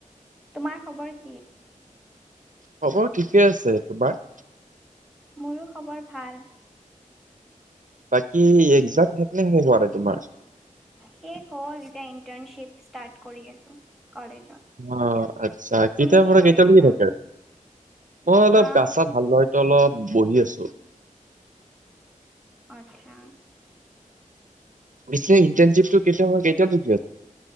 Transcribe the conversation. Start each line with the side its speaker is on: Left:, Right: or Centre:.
Centre: তোমাৰ খবৰ কি?
Right: হ'ব ঠিকে আছে তোমাৰ?
Centre: মোৰো খবৰ ভাল।
Right: বাকী একজাম শেষনে শেষ হোৱা নাই তোমাৰ?
Centre: শেষ হ'ল এতিয়া ইণ্টাৰ্নশ্বিপ ষ্টাৰ্ট কৰি আছো। কলেজত
Right: অ আচ্ছা কিতাৰ
Centre: তুমি কি
Right: পৰা
Centre: কৰি
Right: কেইটা
Centre: আছা?
Right: লৈকে থাকে? মই অলপ
Centre: আম
Right: গা চা ভালদৰেতো অলপ বহি আছো।
Centre: আচ্ছা।
Right: পিছে ইণ্টাৰ্নশ্বিপটো কেইটাৰ কেইটা লৈকে।